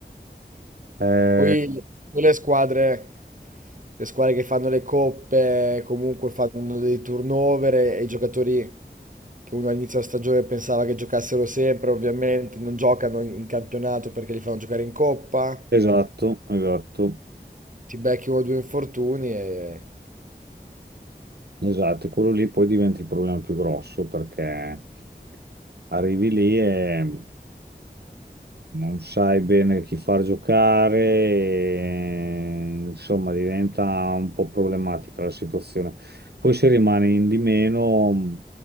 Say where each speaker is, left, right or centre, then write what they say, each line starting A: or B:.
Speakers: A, on the right; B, on the right.
A: eh,
B: Poi, poi le squadre, le squadre che fanno le coppe, comunque fanno dei turnover e, e i giocatori che uno all'inizio della stagione pensava che giocassero sempre, ovviamente non giocano in in campionato perché li fanno giocare in coppa.
A: esatto, esatto,
B: Ti becchi 1 o 2 infortuni e
A: esatto, e quello lì poi diventa il problema più grosso perché arrivi lì e non sai bene chi far giocare, e, insomma, diventa un po' problematica la situazione. Poi se rimani in di meno,